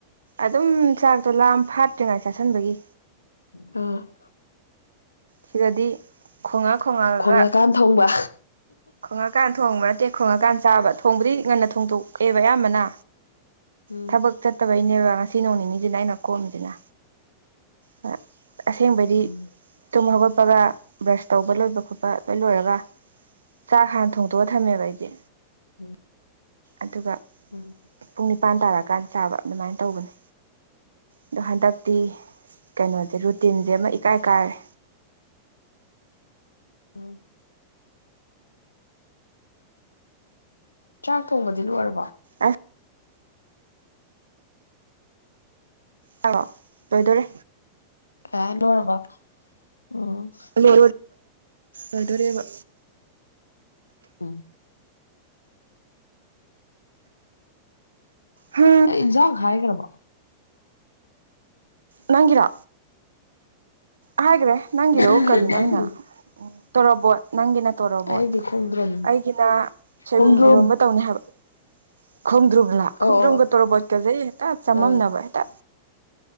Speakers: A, on the right; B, on the left.
A: ꯑꯗꯨꯝ ꯆꯥꯛꯇꯣ ꯂꯥꯝ ꯐꯥꯠꯇ꯭ꯔꯤꯉꯥꯏ ꯆꯥꯥꯁꯟꯕꯒꯤ
B: ꯎꯝ
A: ꯁꯤꯗꯗꯤ ꯈꯣꯡꯉ ꯈꯣꯡꯉꯑꯒ
B: ꯈꯣꯡꯉꯀꯥꯟ ꯊꯣꯡꯕ
A: ꯈꯣꯡꯉꯀꯥꯟ ꯊꯣꯡꯕ ꯅꯠꯇꯦ ꯈꯣꯡꯉꯀꯥꯟ ꯆꯥꯕ ꯊꯣꯡꯕꯗꯤ ꯉꯟꯅ ꯊꯣꯡꯗꯣꯛꯑꯦꯕ ꯑꯌꯥꯝꯕꯅ
B: ꯎꯝ
A: ꯊꯕꯛ ꯆꯠꯇꯕꯩꯅꯦꯕ ꯉꯁꯤ ꯅꯣꯡ ꯅꯤꯅꯤꯁꯤꯅ ꯑꯩꯅ ꯀꯣꯝꯃꯤꯁꯤꯅ ꯍꯣꯏ ꯑꯁꯦꯡꯕꯗꯤ
B: ꯎꯝ
A: ꯇꯨꯝ ꯍꯧꯒꯠꯄꯒ ꯕ꯭ꯔꯁ ꯇꯧꯕ ꯂꯣꯏꯕ ꯈꯣꯠꯄ ꯂꯣꯏ ꯂꯣꯏꯔꯒ ꯆꯥꯛ ꯍꯥꯟ ꯊꯣꯡꯇꯣꯛꯑ ꯊꯝꯃꯦꯕ ꯑꯩꯁꯦ
B: ꯎꯝ
A: ꯑꯗꯨꯒ
B: ꯎꯝ
A: ꯄꯨꯡ ꯅꯤꯄꯥꯟ ꯇꯥꯔꯛꯑꯀꯥꯟꯗ ꯆꯥꯕ ꯑꯗꯨꯃꯥꯏꯅ ꯇꯧꯕꯅꯦ ꯑꯗꯣ ꯍꯟꯗꯛꯇꯤ ꯀꯩꯅꯣꯁꯦ ꯔꯨꯇꯤꯟꯁꯦ ꯑꯃ ꯏꯀꯥꯏ ꯀꯥꯏꯔꯦ
B: ꯎꯝ ꯆꯥꯛ ꯊꯣꯡꯕꯗꯤ ꯂꯣꯏꯔꯕꯣ
A: ꯑꯁ <inaudible> ꯂꯣꯏꯗꯣꯔꯦ
B: <unintelligible> ꯂꯣꯏꯔꯕ ꯎꯝ
A: <inaudible> ꯂꯣꯏꯗꯣꯔꯦꯕ
B: ꯎꯝ
A: ꯍꯥ
B: ꯑꯩ ꯏꯟꯖꯥꯡ ꯍꯥꯏꯒ꯭ꯔꯕꯣ
A: ꯅꯪꯒꯤꯔꯣ ꯍꯥꯏꯒ꯭ꯔꯦ ꯅꯪꯒꯤꯗꯣ
B: ꯅꯪꯒꯤ
A: ꯀꯔꯤꯅꯣ
B: ꯅꯪꯒꯤ
A: ꯑꯩꯅ ꯎꯝ ꯇꯣꯔꯣꯕꯣꯠ ꯅꯪꯒꯤꯅ ꯇꯣꯔꯣꯕꯣꯠ
B: ꯑꯩꯗꯤ ꯈꯣꯡꯗ꯭ꯔꯨꯝ
A: ꯑꯩꯒꯤꯅ ꯁꯣꯏꯕꯨꯝ
B: ꯈꯣꯡꯗ꯭ꯔꯨꯝ
A: ꯏꯔꯣꯝꯕ ꯇꯧꯅꯤ ꯍꯥꯏꯕ ꯈꯣꯡꯗ꯭ꯔꯨꯨꯝꯂꯥ
B: ꯑꯣ
A: ꯈꯣꯡꯗ꯭ꯔꯨꯨꯝꯒ
B: ꯑꯣ
A: ꯇꯣꯔꯣꯕꯣꯠꯀꯖꯦ ꯑꯩ ꯍꯦꯛꯇ ꯆꯃꯝꯅꯕ
B: ꯑꯥ
A: ꯍꯦꯛꯇ